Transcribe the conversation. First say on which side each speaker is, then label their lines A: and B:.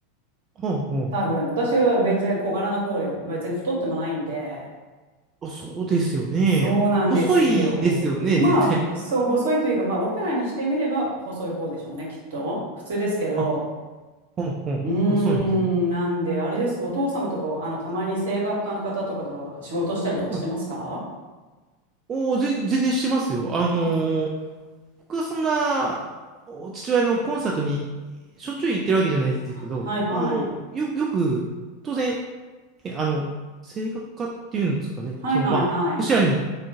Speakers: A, on the right (about 30°); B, on the right (about 60°).
A: ほうほう。
B: 多分。私は全然小柄な方で、別に太ってもないんで。
A: あ、そうですよね。
B: そうなんですよ。
A: 細いですよね、
B: まあ、
A: 絶対。
B: そう、細いというか、まあ、オペラにしてみれば細い方でしょうね、きっと。普通ですけど。
A: あ、ほうほう。
B: うーん、
A: あ、そうなんですね。
B: なんで、あれですか、お父様とか、あの、たまに声楽家の方とかと仕事したりとかしてますか
A: はいおお、全全然してますよ。あの
B: あ、
A: ー僕はそんな父親のコンサートにしょっちゅう行ってるわけじゃないですけど、
B: あはいはい。
A: あの、よ、よく、当然、えあの、声楽家っていうんですかね、
B: はいはいはい。
A: その、まあ、後ろに